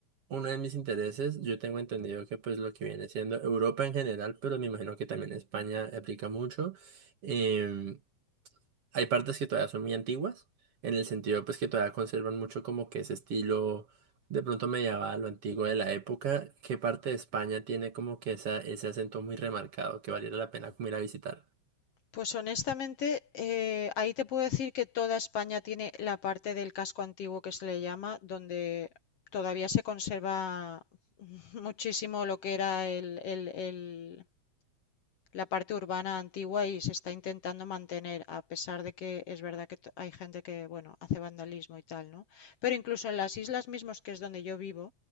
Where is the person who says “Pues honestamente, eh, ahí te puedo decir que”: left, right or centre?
Left